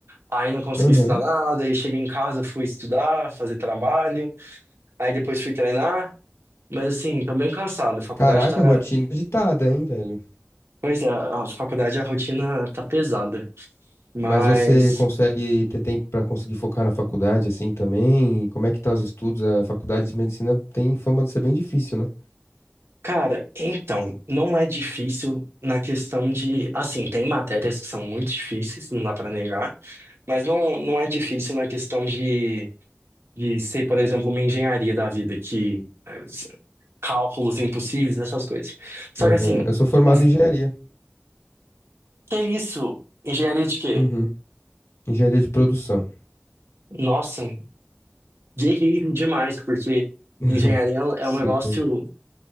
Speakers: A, on the right (about 70°); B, on the left (about 85°).
A: Aí não consegui
B: Aham.
A: estudar nada. Aí cheguei em casa, fui estudar, fazer trabalho. Aí depois fui treinar. Mas, assim, tô bem cansado. A faculdade
B: Caraca,
A: tá.
B: rotina agitada, hein, velho?
A: Pois é, a faculdade, a rotina tá pesada. Mas.
B: Mas você consegue ter tempo pra conseguir focar na faculdade assim também? E Como é que tá os estudos? A faculdade de medicina tem fama de ser bem difícil, né?
A: Cara, então, não é difícil na questão de, assim, tem matérias que são muito difíceis, não dá pra negar, mas não, não é difícil na questão de, de ser, por exemplo, uma engenharia da vida, que é, s- cálculos impossíveis, essas coisas. Só
B: Aham.
A: que assim,
B: Eu sou formado
A: o
B: em engenharia.
A: que é isso? Engenharia de quê?
B: Uhum. Engenharia de produção.
A: Nossa, guerreiro demais, porque
B: <laughs>
A: engenharia é
B: Super.
A: um negócio.